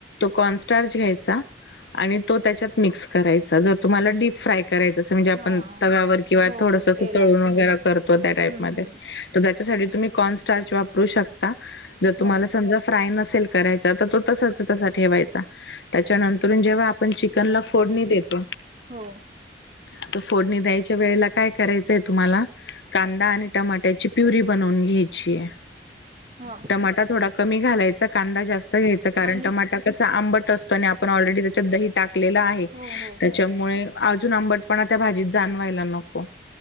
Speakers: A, on the left; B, on the right.
A: कॉनस्टार्च घ्यायचा आणि तो त्याच्यात मिक्स करायचा जर तुम्हाला डीप फ्राय करायचं असं म्हणजे आपण
B: हा
A: तव्यावर किंवा
B: हो
A: थोडंस
B: तेलात
A: तळून वगैरे करतो त्या टाईप
B: हम्म
A: मध्ये
B: हम्म
A: तर त्या त्यासाठी तुम्ही कॉर्न स्टार्च वापरू शकता, जर समजा
B: हो
A: तुम्हाला फ्राय नसेल करायचा तर तो तसाच तसा ठेवायचा. त्याच्यानंतरून जेव्हा आपण चिकनला फोडणी देतो
B: हो
A: आता फोडणी द्यायच्या वेळेला काय करायचंय तुम्हाला कांदा आणि टमाट्याची प्युरी बन आणनून घ्यायचीहे.
B: हा
A: टमाटा थोडा कमी घालायचा कांदा जास्त घ्यायचा कारण
B: आणि
A: टमाटा कसा आंबट असतो ना पण ऑलरेडी त्याच्यात दही टाकलेला आहे
B: हो हो
A: त्याच्यामुळे
B: हो
A: अजून आंबटपणा त्या भाजीत जाणवायला नको.